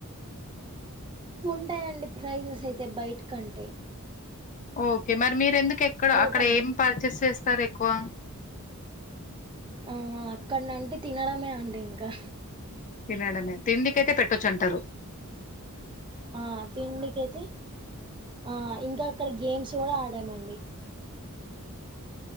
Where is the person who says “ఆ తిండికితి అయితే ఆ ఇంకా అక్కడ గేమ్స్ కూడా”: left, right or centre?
Right